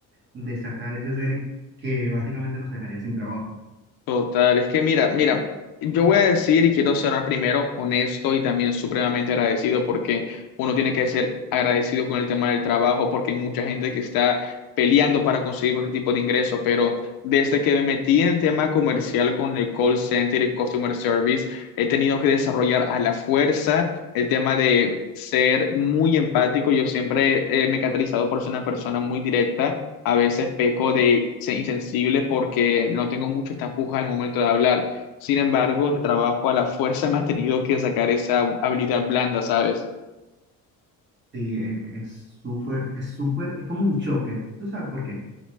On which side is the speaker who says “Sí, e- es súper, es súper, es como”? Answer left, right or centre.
Right